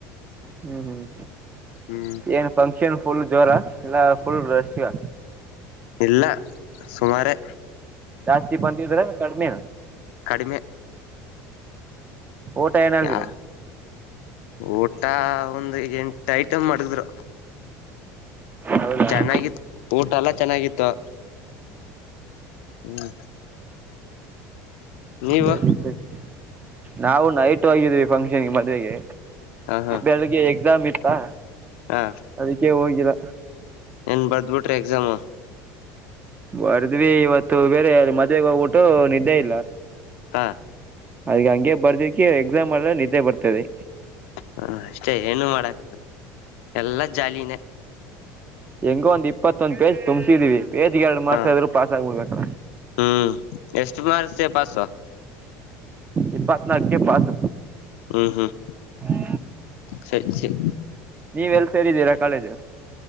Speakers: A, on the right; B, on the left.
A: ಹ್ಮ್ ಹ್ಮ್
B: ಹ್ಮ್
A: ಏನ್ ಫಂಕ್ಷನ್ ಫುಲ್ ಜ್ವರ. ಎಲ್ಲ ಫುಲ್ ್ರೆಶಾ.
B: ಇಲ್ಲ ಸುಮಾರು.
A: ಜಾಸ್ತಿ ಬಂದಿದ್ರ ಕಡಿಮೆ
B: ಕಡಿಮೆ
A: ಓಟ ಏನಲ್ರು
B: ಯಾ ಊಟ ಒಂದ್ ಎಂಟ ಐಟಮ್ ಮಾಡಿದ್ರು
A: ಹೌದಾ
B: ಚೆನ್ನಾಗಿತ್ತು
A: ಹ್ಮ್
B: ಊಟ ಎಲ್ಲ ಚೆನ್ನಾಗಿತ್ತು ಹ್ಮ್ ನೀವು
A: ಸರಿ ಸರಿ ನಾವು ನೈಟ್ ಹೋಗಿದ್ವಿ ಫಂಕ್ಷನ್ಗೆ ಮದ್ವೆಗೆ
B: ಹ ಹಾ
A: ಬೆಳಿಗ್ಗೆ ಎಕ್ಸಾಮ್ ಇತ್ ಹಾ
B: ಹಾ
A: ಅದಕ್ಕೆೇ ಹೋಗಿಲ್ಲ
B: ಏನ್ ಬರ್ದ್ ಬಿಟ್ರಿ ಎಕ್ಸಾಮ್
A: ಬರ್ದ್ವಿ ಇವತ್ತು ಬೇರೆ ಮದ್ವೆಗೆ ಹೋಗ್ಬಿಟ್ಟು ನಿದ್ದೆ ಇಲ್ಲ
B: ಹಾ
A: ಅದ ಹಂಗೆ ಬರ್ದಿಕ ಎಕ್ಸಾಮ್ ಅಲ್ಲೇ ನಿದ್ದೆ ಬರ್ತದೆ
B: ಹ ಅಷ್ಟೇ ಏನು ಮಾಡಕ್ ಆಗಲ್ಲ ಎಲ್ಲಾ ಜಾಲಿನೇ ಹ್ಮ್
A: ಹೆಂಗೋ ಒಂದ್ ಇಪ್ಪತ್ತೊಂದ್ ಪೇಜ್ ತುಂಬ್ಸಿದಿವಿ ಪೇಜ್ಗೆ ಎರಡು ಮಾರ್ಸಾದ್ರು
B: ಹ
A: ಪಾಸ್ ಆಗಬಿಡ್ಬೇಕ್ರ
B: ಹ್ಮ್ ಎಷ್ಟು ಮಾರ್ಕ್ಸ್ ಪಾಸು
A: ಇಪ್ಪತ್ನಾಲ್ಕಗೆ ಪಾಸ್
B: ಹ್ಮ್ ಹ್ಮ್
A: ಹಾ
B: ಸರಿ ಸರಿ
A: ನೀವ ಎಲ್ ಸೇರಿದ್ದೀರಾ ಕಾಲೇಜು